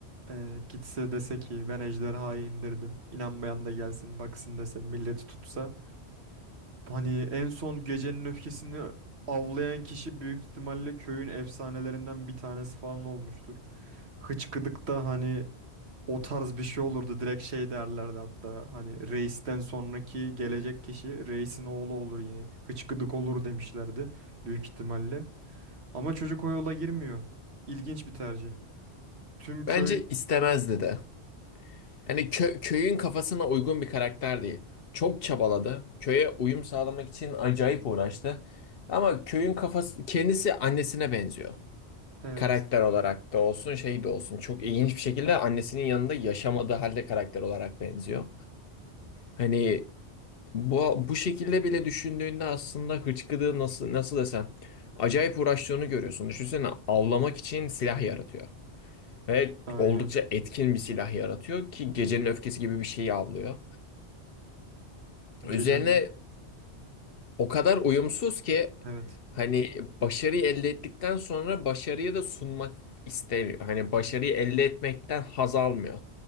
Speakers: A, on the right; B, on the left.
A: Ee, gitse dese ki ben ejderhayı indirdim. İnanmayan da gelsin baksın dese milleti tutsa. Hani en son gecenin öfkesini avlayan kişi büyük ihtimalle köyün efsanelerinden bir tanesi falan olmuştur. Hıçkıdık'ta hani o tarz bir şey olurdu. Direkt şey derlerdi hatta hani reisten sonraki gelecek kişi reisin oğlu olur yine. Hıçkıdık olur demişlerdi büyük ihtimalle. Ama çocuk o yola girmiyor. İlginç bir tercih. Tüm köy
B: Bence istemezdi de. Hani kö- köyün kafasına uygun bir karakter değil. Çok çabaladı. Köye uyum sağlamak için acayip uğraştı. Ama köyün kafası kendisi annesine benziyor.
A: evet
B: karakter olarak da olsun şey de olsun çok ilginç bir şekilde annesinin yanında yaşamadığı halde karakter olarak benziyor. Hani bu bu şekilde bile düşündüğünde aslında hıçkıdığı nasıl nasıl desem acayip uğraştığını görüyorsun. Düşünsene avlamak için silah yaratıyor ve
A: aynen.
B: oldukça etkin bir silah yaratıyor ki gecenin öfkesi gibi bir şeyi avlıyor.
A: Gecenin
B: Üzerine o kadar uyumsuz ki
A: evet.
B: hani başarıyı elde ettikten sonra başarıyı da sunmak istemiyor. Hani başarıyı elde etmekten haz almıyor.